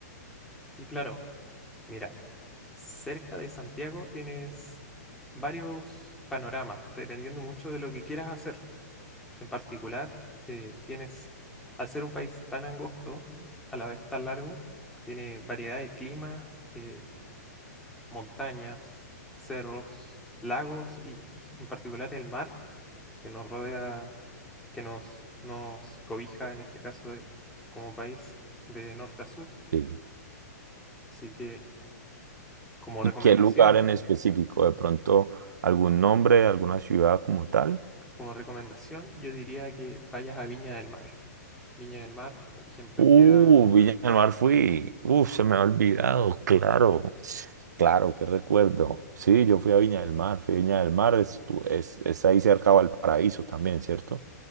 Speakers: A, in the centre; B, on the right.
A: Sí, claro, mira, cerca de Santiago tienes varios panoramas, dependiendo mucho de lo que quieras hacer. en particular, eh, tienes, al ser un país tan angosto y a la vez tan largo, tiene variedad de climas, eh, montañas, cerros, lagos y en particular el mar que nos rodea, que nos, nos cobija en este caso de- como país de norte a sur.
B: Sí.
A: Así que como recomendación,
B: ¿Y qué lugar en específico? ¿De pronto algún nombre, alguna ciudad como tal?
A: como recomendación, yo diría que vayas a Viña del Mar. Viña del Mar, por ejemplo,
B: Uh,
A: queda...
B: Villa del Mar fui. Uh, se me ha olvidado, claro. Claro, qué recuerdo. Sí, yo fui a Viña del Mar. Fui a Viña del Mar, es, tu- es, es ahí cerca a Valparaíso también, ¿cierto?